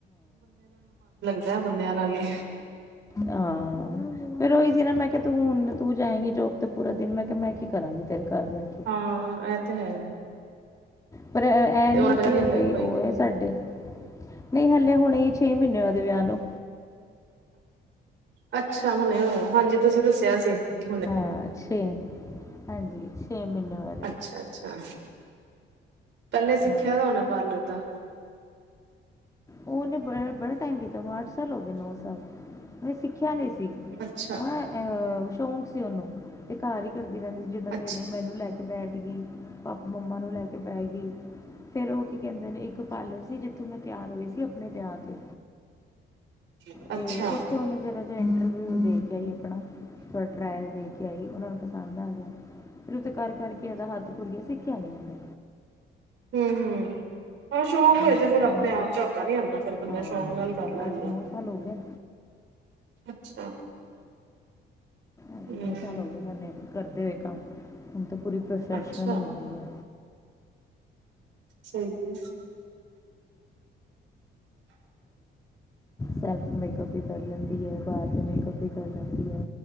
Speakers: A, on the right; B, on the left.
A: ਚਾਹ ਬੰਦਿਆ, ਨਾਲ ਏ
B: ਆਾਂ ਫੇਰ ਉਹੀ ਸੀ ਨਾ, ਮੈਂ ਕਿਹਾ ਤੂੰ-ਤੂੰ ਹੁਣ ਤੂੰ ਜਾਏਂਗੀ ਜੋਬ ਤੇ ਪੂਰਾ ਦਿਨ, ਮੈਂ ਕਿਹਾ ਮੈਂ, ਕੀ ਕਰਾਂਗੀ ਤੇਰੇ ਘਰ ਬੈਠ ਕੇ
A: ਹਾਂ, ਐ ਇਹ ਤਾਂ ਹੈ
B: ਪਰ ਐ
A: ਤੇ
B: ਨਈ
A: ਉਹ ਪਤਾ
B: ਕਿ,
A: ਨੀ
B: ਵਹਿਲੀ
A: ਹਲੇ ਕੋਈ
B: ਉਹ ਵੇ ਸਾਡੇ, ਨਹੀਂ ਹਲੇ ਹੁਣੇ ਛੇ ਮਹੀਨੇ ਹੋਏ, ਉਹਦੇ ਵਿਆਹ ਨੂੰ
A: ਅੱਛਾ, ਹੁਣੇ ਹੋਇਆ, ਹਾਂਜੀ ਤੁਸੀਂ ਦੱਸਿਆ ਸੀ। ਕਿ ਹੁਣੇ
B: ਹਾ ਛੇ ਹਾਂਜੀ, ਛੇ ਮਹੀਨੇ ਹੋਏ ਆ
A: ਅੱਛਾ- ਅੱਛਾ ਪਹਿਲੇ ਸਿੱਖਿਆ
B: ਹਾਂ
A: ਦਾ ਹੋਣਾ, ਪਾਰਲਰ ਦਾ
B: ਉਹਨੇ ਬ- ਬੜਾ ਟਾਈਮ ਕੀਤਾ, ਉਹਨੂੰ ਅੱਠ ਸਾਲ ਹੋ ਗਏ, ਨੌ ਸਾਲ ਉਹਨੇ, ਸਿੱਖਿਆ ਨਹੀਂ ਸੀ।
A: ਅੱਛਾ
B: ਉਹ ਅਹ ਸ਼ੌਕ ਤੁਸੀ ਲੇ-ਲੋ ਏ ਘਰ ਈ, ਕਰਦੀ ਰਹਿੰਦੀ ਸੀ। ਜਿੱਦਾਂ
A: ਅੱਛਾ
B: ਦੇ ਮੇਰੇ ਮੈਨੂੰ ਲੈ ਕੇ ਬੈਠ ਗਈ, ਪਾਪਾ- ਮੰਮਾ ਨੂੰ ਲੈ ਕੇ, ਬਹਿ ਗਈ। ਫਿਰ, ਉਹ ਕੀ ਕਹਿੰਦੇ ਨੇ ਇੱਕ ਪਾਰਲਰ ਸੀ। ਜਿੱਥੋਂ ਮੈਂ, ਤਿਆਰ ਹੋਈ ਸੀ। ਆਪਣੇ ਵਿਆਹ 'ਤੇ
A: ਅੱਛਾ-ਅੱਛਾ-ਅੱਛਾ
B: ਤੇ ਉੱਥੇ, ਉਹਨੇ ਜਿਹੜਾ ਇੰਟਰਵਿਊ, ਦੇ ਕੇ ਆਈ ਆਪਣਾ ਥੋੜਾ ਟਰਾਇਲ, ਦੇ ਕੇ ਆਈ ਉਹ ਨੂੰ ਪਸੰਦ ਆ ਗਿਆ, ਫੇਰ ਉਥੇ ਕਰ-ਕਰ ਕੇ ਏਹਦਾ ਹੱਥ ਖੁਲ ਗਿਆ, ਸਿੱਖਿਆ ਨੀ ਇਨੇ
A: ਹੂੰ- ਹੂੰ ਹਾਂ ਸ਼ੌਕ ਹੋਏ
B: ਹਾਂ
A: ਤੇ ਫੇਰ, ਆਪਣੇ-
B: ਹੁਣ
A: ਆਪ ਝਾਕਾ ਨਈ ਆਂਦਾ, ਫੇਰ ਬੰਦਾ
B: ਹਾਂ
A: ਸ਼ੌਕ ਨਾਲ ਕਰ ਲੈਂਦਾ
B: ਸਾਲ ਹੋ ਗਏ
A: ਅੱਛਾ
B: ਅੱਠ-
A: ਹੂੰ
B: ਨੋ ਸਾਲ ਹੋ ਗਏ ਨੇ ਕਰਦੇ ਹੋਏ ਕੰਮ, ਹੁਣ ਤਾਂ ਪੂਰੀ ਪ੍ਰੋਫੈਸ਼ਨਲ,
A: ਅੱਛਾ
B: ਹੋ ਗਈ ਆ
A: ਸਹੀ ਏ
B: ਸੈਲਫ ਮੇਕਅਪ, ਵੀ ਕਰ ਲੈਂਦੀ ਐ, ਬਾਹਰ ਦੇ ਮੇਕਅਪ ਵੀ ਕਰ ਲੈਂਦੀ ਐ,